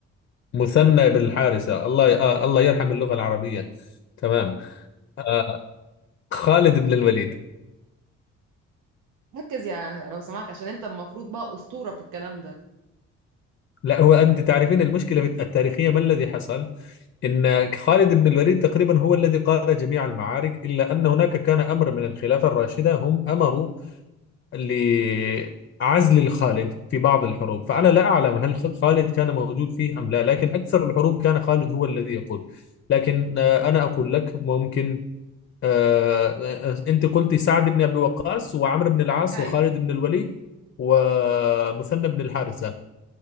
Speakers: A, on the left; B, on the right.
A: مثنى بالحارثة الله آه الله يرحم اللغة العربية تمام آه، خالد بن الوليد
B: ركز يا لو سمحت عشان انت المفروض بقى أسطورة في الكلام ده
A: لا هو أنت تعرفين المشكلة في- التاريخية ما الذي حصل إن خالد بن الوليد تقريبا هو الذي قاد جميع المعارك إلا أن هناك كان أمر من الخلافة الراشدة هم أمروا لعزل الخالد في بعض الحروب فأنا لا أعلم هل خ- خالد كان موجود فيه أم لا لكن أكثر الحروب كان خالد هو الذي يقود لكن آه، أنا أقول لك ممكن آه، آه، أنت قلتي سعد بن أبي وقاص وعمرو بن العاص
B: ايوه
A: وخالد بن الوليد ومثنى بن الحارثة